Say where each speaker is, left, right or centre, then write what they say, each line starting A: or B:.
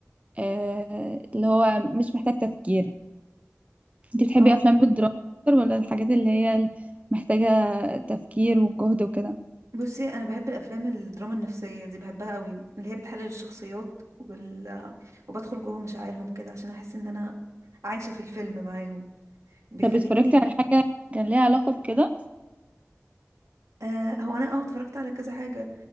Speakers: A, on the right; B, on the right.
A: أه، اللي هو مش محتاج تفكير أنت بتحبي
B: او
A: أفلام الدراما أكتر ولا الحاجات اللي هي محتاجة تفكير وجهد وكده
B: بصي انا بحب الافلام الدراما النفسيه دي بحبها قوي اللي هي بتحلل الشخصيات وال... وبدخل جوه مشاعرهم كده عشان احس ان انا عايشه في الفيلم معاهم بيخليني
A: طب اتفرجتي على حاجة كان ليها علاقة بكده
B: آه هو انا اه اتفرجت على كذا حاجه